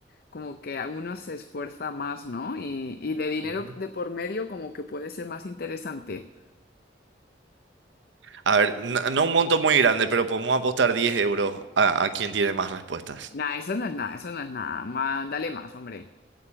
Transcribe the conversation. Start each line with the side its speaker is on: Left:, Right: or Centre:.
Left: como que a uno se esfuerza más, ¿no? Y, y de dinero
Right: Ujú.
Left: de por medio como que puede ser más interesante.
Right: A ver, no, no un monto muy grande, pero podemos apostar 10 euros a, a quien tiene más respuestas.
Left: Nah, eso no es nada, eso no es nada. Ma- dale más, hombre.